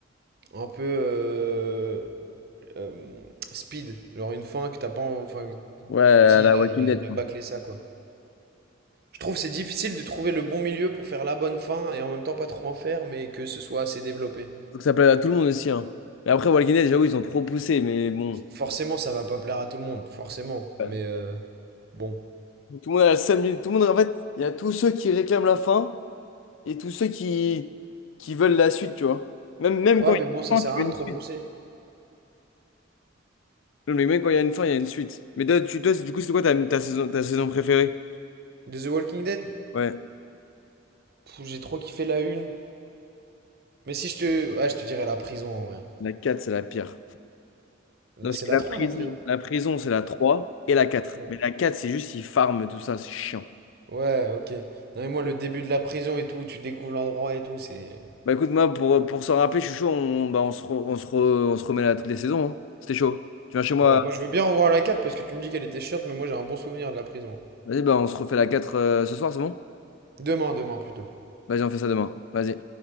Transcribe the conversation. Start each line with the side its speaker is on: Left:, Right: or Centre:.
Right: un peu euh, euh, speed, genre une fin que t'as pas, en- enfin, que
Left: Ouais, à
Right: tu te dis,
Left: la
Right: il a,
Left: Walking
Right: il a-
Left: Dead,
Right: il
Left: quoi.
Right: a bâclé ça quoi. Je trouve que c'est difficile de trouver le bon milieu pour faire la bonne fin et en même temps pas trop en faire, mais que ce soit assez développé.
Left: Faut que ça plaise à tout le monde aussi, hein. Mais après, Walking Dead, j'avoue, ils ont trop poussé, mais bon.
Right: forcément, ça va pas plaire à tout le monde, forcément.
Left: Ouais.
Right: Mais euh, bon.
Left: Tout le monde a le samedi. Tout le monde, en fait, il y a tous ceux qui réclament la fin et tous ceux qui, qui veulent la suite, tu vois. Même, même
Right: Ouais,
Left: quand il
Right: mais
Left: y a
Right: bon, ça sert
Left: une fin, tu
Right: à rien
Left: veux une
Right: de trop
Left: suite.
Right: pousser.
Left: Non, mais même quand il y a une fin, il y a une suite. Mais toi, tu- toi, du coup, c'est quoi ta, ta saison, ta saison préférée?
Right: De The Walking Dead?
Left: Ouais.
Right: Pff, j'ai trop kiffé la une. Mais si je te. Ah, je te dirais la prison en vrai.
Left: La 4, c'est la pire. Parce
Right: C'est
Left: que
Right: la
Left: la
Right: 3
Left: prison,
Right: la prison.
Left: la prison, c'est la 3 et la quatre
Right: Ouais.
Left: Mais la 4 c'est juste, ils farment tout ça, c'est chiant.
Right: Ouais, ok. Non, mais moi, le début de la prison et tout, où tu découvres l'endroit et tout, c'est.
Left: Bah écoute, moi, pour, pour s'en rappeler, je suis chaud, on, bah, on, se re- on, se re- on se remet là toutes les saisons. hein. C'était chaud. Tu viens chez moi,
Right: Ouais, moi je veux bien revoir la 4 parce que tu me dis qu'elle était chiante, mais moi j'ai un bon souvenir de la prison.
Left: vas-y, bah, on se refait la 4 euh, ce soir, c'est bon?
Right: Demain, demain plutôt.
Left: Vas-y, on fait ça demain. Vas-y.